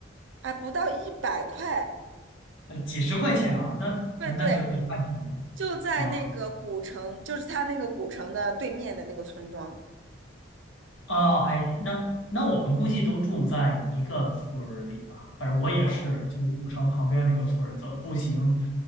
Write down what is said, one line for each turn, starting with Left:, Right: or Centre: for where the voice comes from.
Right: 啊不到一百块，
Left: 呃几十块钱啊，那那那确实太便宜了啊。
Right: 对对，就在那个古城，就是他那个古城的对面的那个村庄。
Left: 哦，哎，那那我们估计都住在一个村儿里吧。反正我也是，
Right: 嗯嗯，
Left: 就是古城旁边那个村儿，走步行，